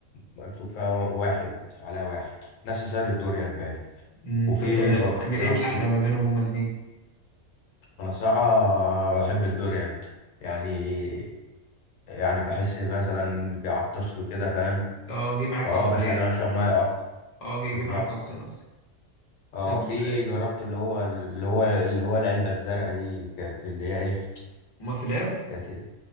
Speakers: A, on the left (about 80°); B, on the left (about 35°).
A: مكتوب فيها واحد عليها واحد نفس سعر الدوريان باين
B: امم
A: وفي
B: طب ك-
A: جربت
B: ايه الاحلى ما بينهم هما الاتنين
A: انا الصراحه بحب الدوريان يعني يعني بحس مثلا بعطشت وكده فاهم
B: اه جه معاك
A: فهو
B: اكتر
A: بيخليني
B: يعني
A: اشرب ميه اكتر
B: اه جه
A: بالظبط
B: جه معاك اكتر قصدي
A: اه
B: طب
A: وفي
B: آه،
A: جربت اللي هو اللي هو اللي هو العلبه الزرقاء دي كانت اللي هي ايه
B: ماسلات
A: كانت إيه؟